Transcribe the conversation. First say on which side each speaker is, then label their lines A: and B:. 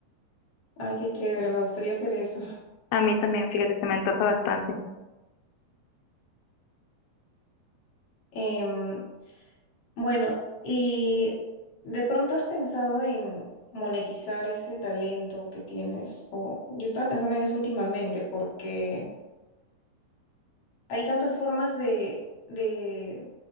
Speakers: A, on the left; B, on the left.
A: Ay, qué chévere, me gustaría hacer eso.
B: A mí también, fíjate, se me antoja bastante.
A: <laughs> Bueno, ¿y de pronto has pensado en monetizar ese talento que tienes? O yo estaba pensando en eso últimamente porque hay tantas formas de, de,